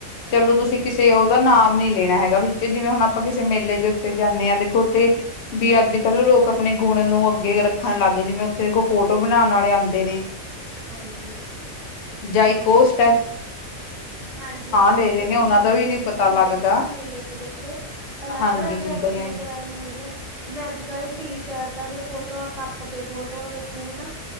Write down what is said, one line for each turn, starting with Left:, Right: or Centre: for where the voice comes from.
Right: ਹਾਂਜੀ
Left: ਚਲੋ ਤੁਸੀਂ
Right: ਹਾਂ
Left: ਕਿਸੇ ਉਹਦਾ ਨਾਮ ਨੀ ਲੈਣਾ ਹੈਗਾ ਵੀ ਜਿਵੇਂ ਹੁਣ ਆਪਾਂ ਕਿਸੇ ਮੇਲੇ ਦੇ ਉੱਤੇ ਜਾਂਨੇ ਆ ਦੇਖੋ ਉੱਥੇ ਵੀ ਅੱਜ- ਕੱਲ ਲੋਕ ਆਪਣੇ ਗੁਣ ਨੂੰ ਅੱਗੇ ਰੱਖਣ ਲੱਗ ਗਏ, ਜਿਵੇਂ ਉੱਥੇ ਕੋਈ ਫੋਟੋ ਬਣਾਉਣ ਵਾਲੇ ਆਂਦੇ ਨੇ
Right: ਹਾਂਜੀ
Left: ਜਾਈ ਕੋੋਸਟ
Right: ਹਾਂਜੀ ਹਾਂ
Left: ਲੈ
Right: ਦੇਖੋ
Left: ਰਹੇ ਨੇ
Right: ਕਿੰਨੀਆਂ
Left: ਉਹਨਾਂ ਦਾ ਵੀ
Right: ਚੀਜ਼ਾਂ
Left: ਨੀ ਪਤਾ
Right: ਹੁੰਦੀਆਂ
Left: ਲੱਗਦਾ।
Right: ਨੇ ਹਨਾ ਮੇਲੇ ਚ ਦੇਖੋ ਅਲੱਗ-
Left: ਹਾਂਜੀ-ਹਾਂਜੀ,
Right: ਅਲੱਗ ਆਈਟਮਆਂ ਦਰ ਮਿਲਣੀਆਂ, ਜਿਵੇਂ ਅੱਜ- ਕੱਲ ਟੀ ਸ਼ਰਟਾਂ ਦੇ ਫੋਟੋਆਂ ਕੱਪ ਦੇ ਫੋਟੋਆਂ ਦੇਖੋ ਹਨਾ